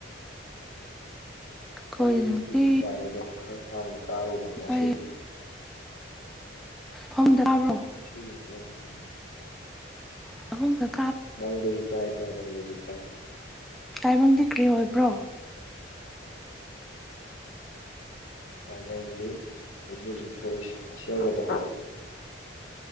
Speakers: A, in the centre; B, on the left.
A: ꯑꯩꯈꯣꯏ
B: ꯑꯩꯁꯨ ꯅꯨꯡꯇꯤꯒꯤ
A: ꯅꯨꯡꯇꯤ
B: ꯀꯥꯏꯌꯦ ꯑꯗꯣ ꯈꯔ ꯁꯥꯡꯅ ꯀꯥꯔꯨꯕ ꯉꯁꯤꯗꯤ
A: ꯀꯥꯏꯌꯦ ꯈꯝꯗꯥꯕ꯭ꯔꯣ
B: ꯑꯁꯤꯗꯤ ꯈꯔ ꯊꯦꯡꯉꯦ
A: <unintelligible>
B: ꯃꯪꯗꯁꯨ ꯀꯥꯏ ꯇꯥꯢꯕꯡꯗꯁꯨ ꯀꯥꯏ
A: ꯇꯥꯏꯕꯪꯗꯤ ꯀꯔꯤ ꯑꯣꯏꯕ꯭ꯔꯣ
B: ꯇꯥꯏꯕꯪꯗꯤ ꯍꯧꯖꯤꯛ ꯍꯧꯖꯤꯛ ꯊꯣꯛꯏꯁꯦ ꯑꯁꯦꯡꯕꯗꯣ